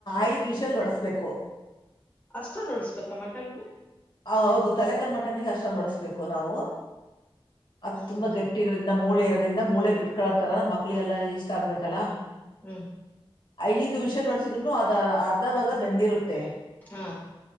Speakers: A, on the left; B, on the left.
A: ಐದ್ ವಿಷಲ್ ಒಡಸ್ಬೇಕು.
B: ಅಷ್ಟೊಂದ್ ಹೊಡಸ್ಬೇಕಾ ಮಟನ್ನು.
A: ಆ ಹೌದು ತಲೆಕಲ್ ಮಟನ್ನಿಗೆ ಅಷ್ಟೊಂದು ಹೊಡಸ್ಬೇಕು ನಾವು. ಅದ್
B: ಹ್ಮ್
A: ತುಂಬಾ ಗಟ್ಟಿ ಇರೋದಿಂದ ಮೂಳೆ ಇರೋದಿಂದ ಮೂಳೆ ಬಿಟ್ಕೊಳತ್ತರ
B: ಹ್ಮ್
A: ಮಕ್ಳಿಗೆ ಎಲ್ಲಾ ಇಷ್ಟ ಆಗ್ಬೇಕಲ್ಲ.
B: ಹ್ಮ್
A: ಐದು ವಿಷಲ್ ಹೊಡೆಸಿದ್ರುನೂ ಅದ ಅರ್ಧ ಬರ್ಧ ಬೆಂದಿರುತ್ತೆ.
B: ಹಾ